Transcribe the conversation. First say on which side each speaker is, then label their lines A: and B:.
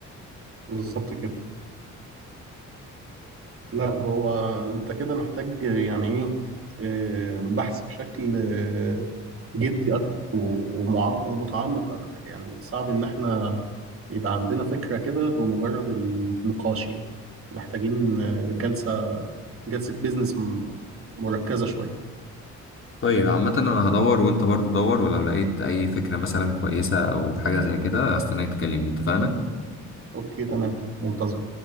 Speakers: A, on the right (about 45°); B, on the left (about 45°).
A: بالظبط كده لا هو انت كده محتاج يعني ايه آه، بحث بشكل آه، جدي اكتر و- ومع- ومتعمق اكتر يعني صعب ان احنا يبقى عندنا فكرة كده بمجرد النقاش يعني محتاجين آه، جلسة جلسة بيزنس مركزة شوية
B: طيب عامة انا هدور وانت برضو دور ولو لقيت اي فكرة مثلا كويسة او حاجة زي كده هستناك تكلمني اتفقنا؟
A: اوكي تمام منتظر